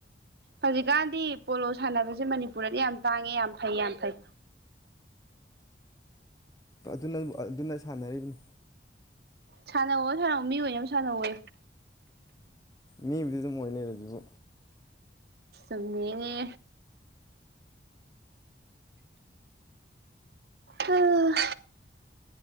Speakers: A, on the right; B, on the left.
A: ꯍꯧꯖꯤꯛꯀꯥꯟꯗꯤ ꯄꯣꯂꯣ ꯁꯥꯟꯅꯕꯁꯦ ꯃꯅꯤꯄꯨꯔꯗꯗꯤ ꯌꯥꯝ ꯇꯥꯡꯉꯦ ꯌꯥꯝ ꯐꯩ ꯌꯥꯝ ꯐꯩ
B: ꯑꯗꯨꯅ ꯑꯗꯨꯅ ꯁꯥꯟꯅꯔꯤꯕꯅꯤ
A: ꯁꯥꯟꯅꯧ ꯁꯥꯟꯅꯕ ꯃꯤ ꯍ ꯑꯣꯏꯅ ꯌꯥꯝ ꯁꯥꯟꯅꯧꯋꯦ
B: ꯃꯤꯕꯨꯗꯤ ꯑꯗꯨꯝ ꯑꯣꯏ ꯂꯩꯔꯁꯨꯕꯨ
A: ꯏꯃꯦꯅꯦ ꯎꯝ